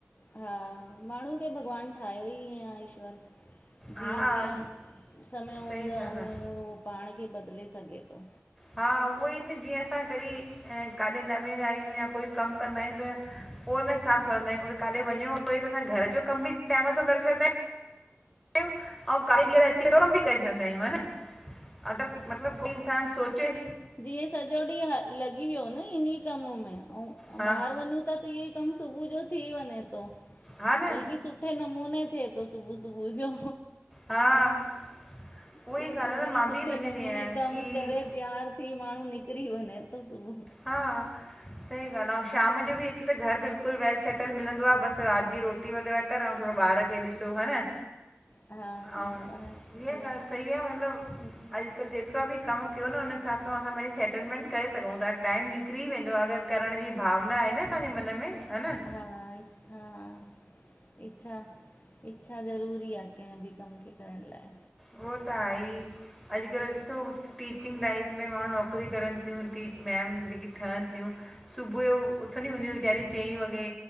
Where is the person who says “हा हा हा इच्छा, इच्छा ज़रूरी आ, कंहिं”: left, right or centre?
Left